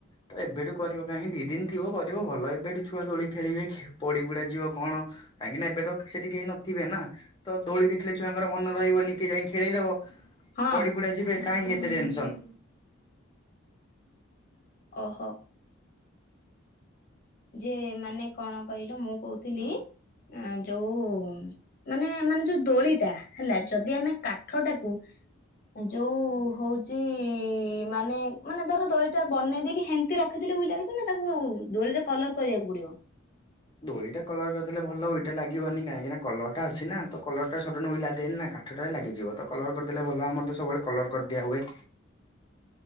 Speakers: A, on the left (about 25°); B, on the left (about 45°).
A: ତ ଏବେଠୁ କରିବ କାହିଁକି ଦି ଦିନି ଥିବ କରିବ ଭଲ ଏବେଠୁ ଛୁଆ ଦୋଳି ଖେଳିବେ ପଡି ପୁଡା ଯିବ କଣ କାହିଁକି ନା ଏବେ ତ ସେଠି କେହି ନଥିବେ ନା ତ ଦୋଳି ଦେଖିଲେ ଛୁଆଙ୍କର ମନେ ରହିବନିଏ କିଏ ଯାଇ ଖେଳିଦବ।
B: ହଁ।
A: ପଡି ପୁଡା ଯିବେ କାହିଁକି ଏତେ ଟେନ୍ସନ୍।
B: ଓହୋ। ଯେ ମାନେ କଣ କହିଲ ମୁଁ କହୁଥିଲି ଯୋଉ ମାନେ ମାନେ ଯୋଉ ଦୋଳିଟା ହେଲା ଯଦି ଆମେ କାଠ ଟାକୁ ଯୋଉ ହଉଛି ମାନେ ମାନେ ଧର ଦୋଳିଟା ବନେଇ ଦେଇକି ହେ ମିତି ରଖିଦେଲେ ଉଇ ଲାଗିଛ ନା ତାକୁ ଦୋଳିରେ କଲର କରିବାକୁ ପଡିବ?
A: ଦୋଳିଟା କଲର କରିଦେଲେ ଭଲ ଉଇଟା ଲାଗିବନି କାହିଁକିନା କଲରଟା ଅଛି ନା ତ କଲରଟା ସଡନ୍ ଉଇ ଲାଗେନି ନା କା ଠଟାରେ ଲାଗିଯିବ ତ କଲର୍ କରିଦେଲେ ଭଲ ଆମର ତ ସବୁବେଳେ କଲର୍ କରିଦିଆହୁୁଏ।
B: ହ <unintelligible>